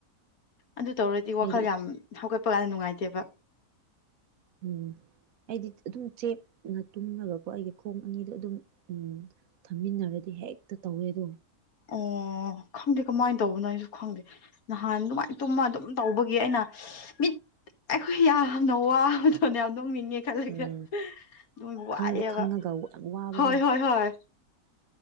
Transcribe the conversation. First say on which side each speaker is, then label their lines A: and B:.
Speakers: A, on the left; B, on the right.
A: ꯑꯗꯨ ꯇꯧꯔꯗꯤ
B: ꯑꯩꯗꯤ
A: ꯋꯥꯈꯜ ꯌꯥꯝ ꯍꯧꯒꯠꯄ ꯆꯄ ꯀꯥꯟꯗ ꯅꯨꯡꯉꯥꯏꯇꯦꯕ
B: ꯎꯝ ꯑꯩꯗꯤ ꯑꯗꯨ ꯆꯦꯠꯅ ꯇꯨꯝꯃꯒꯀꯣ ꯑꯩꯒꯤ ꯈꯣꯡ ꯑꯅꯤꯗꯣ ꯑꯗꯨꯝ ꯊꯝꯃꯤꯟꯅꯔꯗꯤ ꯗꯤ ꯍꯦꯛꯇ ꯇꯧꯋꯦꯗꯣ
A: ꯑꯣ ꯈꯪꯗꯦ ꯀꯃꯥꯏꯅ ꯇꯧꯕꯅꯣ ꯍꯥꯏ ꯑꯩꯁꯨ ꯈꯪꯗꯦ ꯅꯍꯥꯟ ꯑꯗꯨꯃꯥꯏꯅ ꯇꯨꯝꯃ ꯑꯗꯨꯝ ꯇꯧꯕꯒꯤ ꯑꯩꯅ ꯃꯤꯠ ꯑꯩꯈꯣꯏ ꯌꯥꯝꯅ ꯋꯥꯕꯗꯣꯅꯦ ꯌꯥꯝ ꯍꯣꯡꯅꯤꯡꯉꯦ ꯈꯜꯂꯒ
B: ꯎꯝ
A: ꯑꯗꯨꯝ ꯋꯥꯏꯑꯦꯕ
B: ꯈꯪꯗꯤ ꯈꯪꯉꯒ ꯌꯥꯝ ꯋꯥꯕꯗꯣ
A: ꯍꯣꯏ ꯍꯣꯏ ꯍꯣꯏ